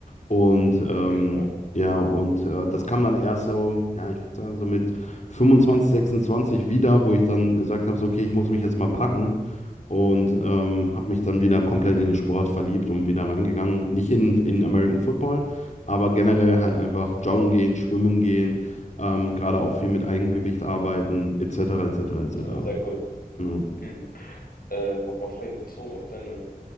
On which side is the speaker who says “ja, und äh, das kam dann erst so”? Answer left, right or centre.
Left